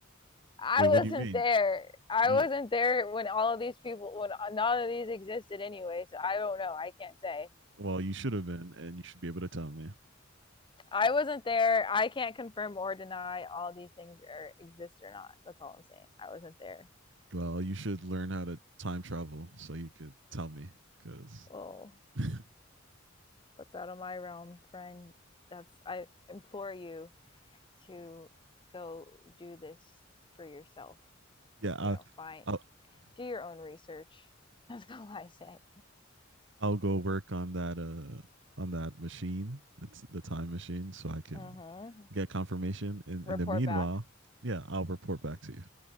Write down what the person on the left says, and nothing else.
I
wasn't
there. I
wasn't there when all of these people when none of these existed anyway. So I don't know. I can't say.
I wasn't there. I can't confirm or deny all these things are exist or not. That's all I'm saying. I wasn't there.
Well,
that's out of my realm, friend. That's I implore you to go do this for yourself.
You know, find
do your own research. <laughs> That's all I say.
Mm-hmm.
Report
back.